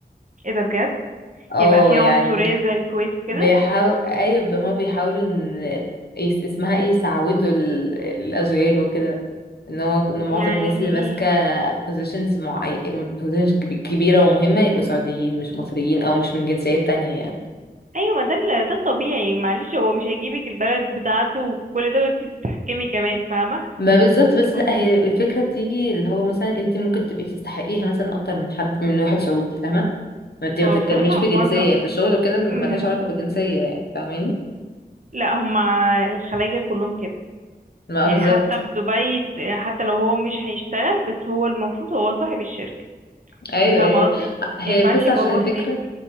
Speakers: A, on the right (about 45°); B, on the left (about 65°).
A: ايه ده بجد
B: اه
A: يبقى فيها
B: يعني
A: عنصرية زي الكويت وكده
B: بيحاول ايوه ب- هما بيحاولوا ان يس- اسمها ايه يسعودوا ال- الاشغال وكده ان هو ان معظم
A: يعني
B: الناس اللي
A: ايه
B: ماسكه بوزيشنز معين بوزيشنز كبيره ومهمه يبقوا سعوديين مش مصريين او مش من جنسيات تانية يعني
A: ايوه ما ده ال- ده الطبيعي معلش هو مش هيجيبك البلد بتاعته وكل ده وانتي تتحكمي كمان فاهمه
B: ما بالظبط بس لا
A: هم
B: هي الفكره بتيجي اللي هو مثلا انت ممكن تبقي تستحقيها مثلا اكتر من حد من واحد سعودي فاهمه ما انت ما
A: هو
B: بتتكلميش
A: بصراحه
B: في
A: معظم
B: جنسيه في الشغل وكده ملهاش
A: مم.
B: علاقه بالجنسيه يعني فاهماني
A: لا هم الخلايجه كلهم كده
B: ما
A: يعني
B: بالظبط
A: حتى في دبي ت- حتى لو هو مش هيشتغل بس هو المفروض هو صاحب الشركه
B: ايوه
A: فاهمه
B: ايوه
A: قصدي
B: هي
A: ما ينفعش
B: بس
A: يبقى
B: عشان
A: هو
B: الفكرة
A: هناك